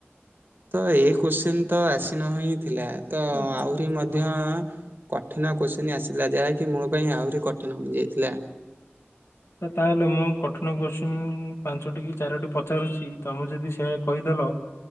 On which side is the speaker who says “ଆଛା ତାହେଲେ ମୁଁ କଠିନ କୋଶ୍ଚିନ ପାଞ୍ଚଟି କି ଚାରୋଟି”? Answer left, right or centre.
Left